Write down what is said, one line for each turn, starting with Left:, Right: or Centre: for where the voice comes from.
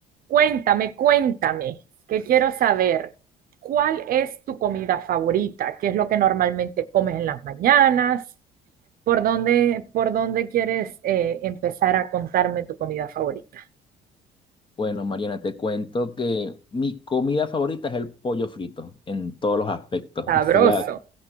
Right: Cuéntame, cuéntame, que quiero saber, ¿cuál es tu comida favorita? ¿Qué es lo que normalmente comes en las mañanas? ¿Por dónde, por dónde quieres eh, empezar a contarme tu comida favorita?
Left: Bueno, Mariana, te cuento que mi comida favorita es el pollo frito en todos los aspectos.
Right: Para,
Left: <laughs> Es
Right: Sabroso.
Left: la,